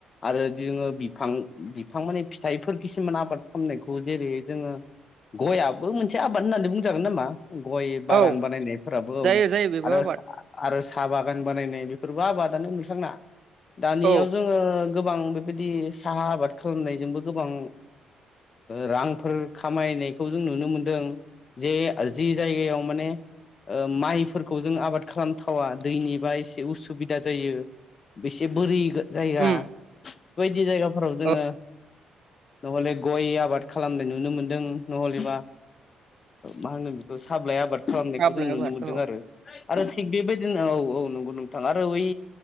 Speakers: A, on the left (about 40°); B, on the right (about 60°).
A: आरो जोङो बिफां बिफां माने फिथाइफोर खिसुमान आबाद खालामनायखौ जेरै जोङो गयाबो मोनसे आबाद होननानै बुंजागोन नामा गय बागान
B: औ
A: बानायनायफोराबो औ
B: जायो जायो बेबो
A: आरो।
B: आबाद
A: आरो साहा बागान बानायनाय बेफोरबो आबादानो नुस्रांना दानियाव
B: औ
A: जों गोबां बेबायदि साहा आबाद खालामनायजोंबो गोबां रांफोर खामायनायखौ जों नुनो मोनदों। जे जि जायगायाव माने माइफोरखौ जों आबाद खालामथावा दैनिबा एसे उसुबिदा जायो। बेसे बोरि जायगा
B: उम
A: बेबायदि जायगाफोराव जोङो
B: औ
A: नहल गय आबाद खालामनाय नुनो मोनदों नहलेबा। मा होनो बेखौ साबलाइ आबाद खालामनायखौ
B: साहा
A: जों
B: बिलाइ
A: नुनो
B: आबाद
A: मोन्दों
B: औ
A: आरो आरो थिग बेबायदिनो औ औ नंगौ नोंथां आरो ओइ